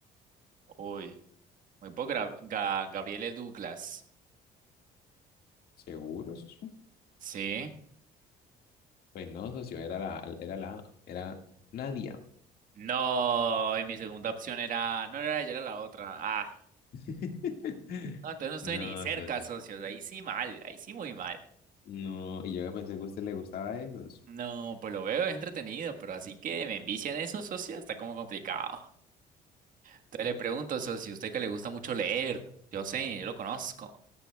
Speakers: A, on the right; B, on the left.
A: uy. Muy poco Gabriel Gabriele Douglas.
B: ¿Seguro, socio?
A: Sí.
B: Pues no, socio, era la, era la, era Nadia.
A: No, y mi segunda opción era. No, no era ella, era la otra. Ah,
B: <laughs>
A: no, entonces no estoy
B: No,
A: ni cerca,
B: socio.
A: socios. Ahí sí mal, ahí sí muy mal.
B: No, y yo que pensé que a usted le gustaba eso. socio.
A: No, pues lo veo, es entretenido, pero así que me envician eso, socios, está como complicado. Entonces le pregunto, socio, usted que le gusta mucho leer, yo sé, yo lo conozco.